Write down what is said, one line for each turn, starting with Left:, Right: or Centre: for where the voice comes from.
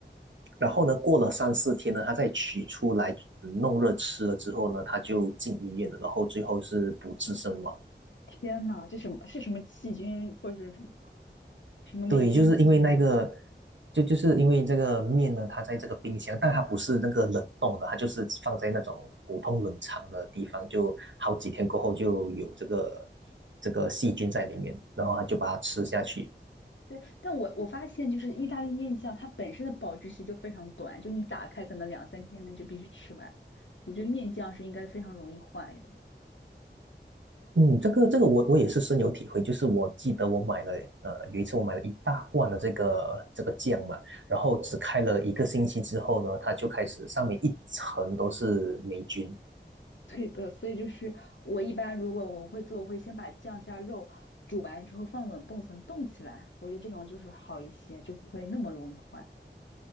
Right: 然后呢过了三四天呢，她再取出来嗯弄热吃了之后呢，她就进医院了，然后最后是不治身亡。
Left: 天呐，这什么是什么细菌或者是什么吗？什么霉菌、
Right: 对，就是因为那个，
Left: 细菌吗？
Right: 就就是因为这个面呢，它在这个冰箱，但它不是那个冷冻的，它就是放在那种普通冷藏的地方，就好几天过后就有这个这个细菌在里面，然后它就把它吃下去。
Left: 对，但我我发现就是意大利面酱，它本身的保质期就非常短，就你打开可能两三天内就必须吃完。我觉得面酱是应该非常容易坏的。
Right: 嗯，这个这个我我也是深有体会，就是我记得我买了，呃，有一次我买了一大罐的这个这个酱嘛，然后只开了一个星期之后呢，它就开始上面一层都是霉菌，
Left: 对的，所以就是我一般如果我会做，我会先把酱加肉煮完之后放冷冻层冻起来，我觉得这种就是好一些，就不会那么容易坏。